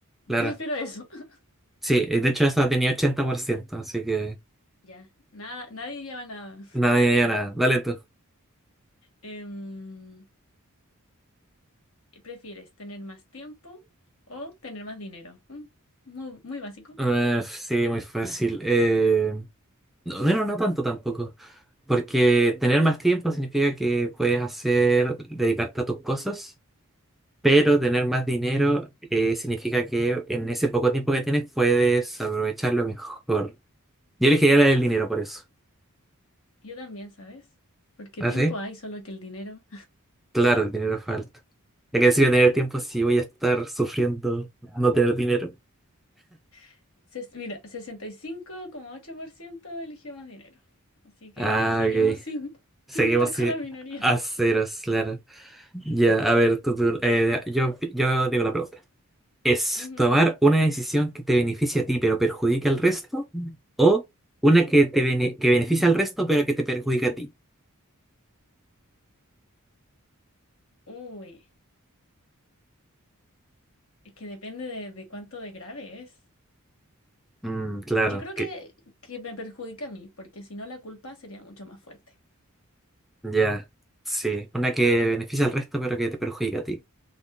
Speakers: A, in the centre; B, on the left (about 65°).
A: Claro.
B: prefiero eso. <laughs>
A: Sí, de hecho esa tenía ochenta por ciento así que
B: Ya, nada, nadie lleva nada.
A: nada, nada. Dale tú.
B: Em, ¿prefieres tener más tiempo o tener más dinero? Mm, Muy, muy básico.
A: Eh, sí, muy fácil. Eh, No, bueno, no tanto tampoco. Porque tener más tiempo significa que puedes hacer, dedicarte a tus cosas, pero tener más dinero eh, significa que en ese poco tiempo que tienes puedes aprovecharlo mejor. Yo elegiría el dinero por eso.
B: Yo también, ¿sabes? Porque
A: ¿Ah,
B: tiempo
A: sí?
B: hay, solo que el dinero.
A: Claro, el dinero falta. ¿De qué sirve tener tiempo si voy a estar sufriendo no tener dinero?
B: <laughs> Ses- mira, 65,8% eligió más dinero. Así que
A: Ah,
B: seguimos
A: ok.
B: <laughs> sin,
A: Seguimos
B: sin estar
A: así
B: con la minoría.
A: a ceros, claro. Ya, a ver, tú, tú, eh, yo, yo digo la pregunta. es
B: Ujú.
A: tomar una decisión que te beneficie a ti pero perjudique al resto o una que te bene- que beneficia al resto pero que te perjudica a ti.
B: Uy, es que depende de, de cuánto de grave es.
A: Mm, claro,
B: Yo creo que,
A: que
B: que me perjudica a mí, porque si no la culpa sería mucho más fuerte.
A: ya, sí, una que beneficia al resto pero que te perjudica a ti.